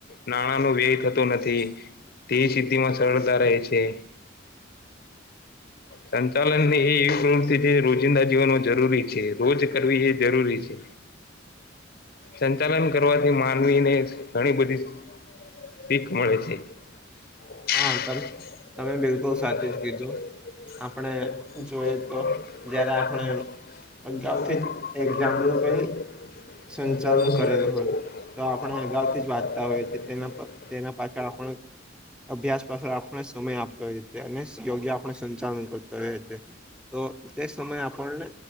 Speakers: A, on the left (about 55°); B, in the centre.
A: નાણાં ન વ્યય થતો નથી. તે સિદ્ધિ માં સરળતા રહે છે. સંચાલનની એ એવી પ્રવૃત્તિ છે રોજિંદા જીવનમાં જરૂરી છે રોજ કરવી એ જરૂરી છે. સંચાલન કરવાથી માનવીને ઘણી બધી. પીક મળે છે. હા.
B: હા તમે તમે બિલકુલ સાચું જ કીધું
A: <unintelligible>
B: આપણે જોઈએ તો
A: હા.
B: જયારે આપણે અગાઉથી જ એક્ઝામ
A: <unintelligible>
B: નું કઈ સંચાલન કરેલું હોય
A: <inaudible>
B: તો આપણે અગાઉથી જ વાંચતા હોઈએ છીએ તેના પર તેના પાછળ આપણ- અભ્યાસ પાછળ આપણે સમય આપતો હોએ છ છેએ અને યોગ્ય આપણે સંચાલન કરતા હોય છેએ- તો તે સમયે આપણને